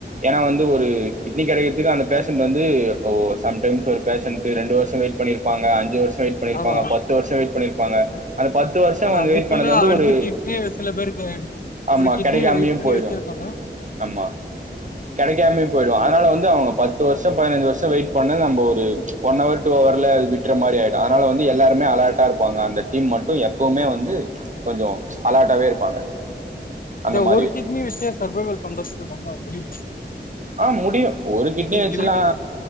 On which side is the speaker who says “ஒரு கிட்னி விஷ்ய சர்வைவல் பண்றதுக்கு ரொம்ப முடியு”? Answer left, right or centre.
Left